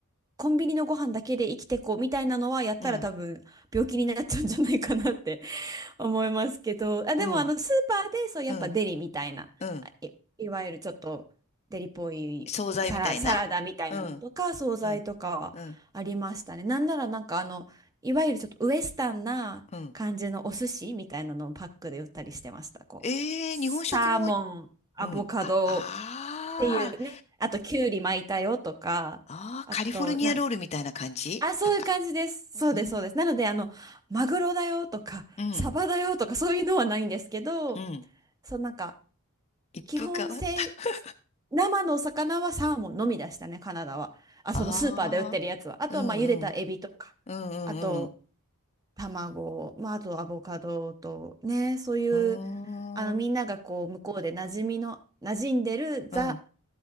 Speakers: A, on the right; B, on the left.
A: コンビニのご飯だけで生きてこうみたいなのはやったら多分病気になっちゃうんじゃないかなって
B: うん、
A: 思いますけど、あ、
B: うん、
A: でもあのスーパーでそうやっぱデリみたいな、
B: うん、うん。
A: あい、いわゆるちょっとデリっぽいサラ、
B: 惣菜みたいな。
A: サラダみたいなのとか惣菜とかはありましたね。
B: うん、うん、うん、
A: なんならなんかあのいわゆるちょっとウエスタンな感じのお寿司みたいなのをパックで売ったりしてました。
B: うん。
A: こうサーモン、
B: ええ日本食もう
A: アボカド
B: ん。あ、あー
A: っていうね、あときゅうり巻いたよとか、
B: あー、
A: あとな
B: カリフォルニアロールみたいな感じなんか、
A: あ、そういう感じです。そうです、
B: うん、
A: そうです。なので、あの、マグロだよとか、
B: うん、
A: サバだよとか、そういうのはないんですけど、
B: うん。
A: そう、なんか、
B: 一風変わった。
A: 基本せ、
B: <laughs>
A: 生のお魚はサーモンのみでしたね、カナダは。あ、
B: ああ、
A: そのスーパーで売ってるやつは。あとは、
B: うん、
A: まあ、茹でたエビとか、
B: うん、うん、
A: あと、
B: うん、うん。
A: 卵、まあ、あとアボカドと、ね、そういう、
B: うーん、
A: あの、みんながこう、向こうで馴染みの、馴染んでるザ
B: うん。